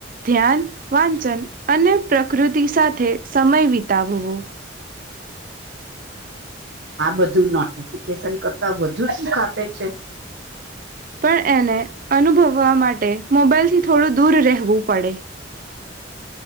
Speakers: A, on the right (about 45°); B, on the right (about 60°).
A: ધ્યાન, વાંચન અને પ્રકૃતિ સાથે સમય વિતાવવો.
B: આ બધું નોટિફિકેશન કરતા વધુ સુખ આપે છે.
A: પણ એને અનુભવવા માટે મોબાઈલથી થોડું દૂર રહેવું પડે.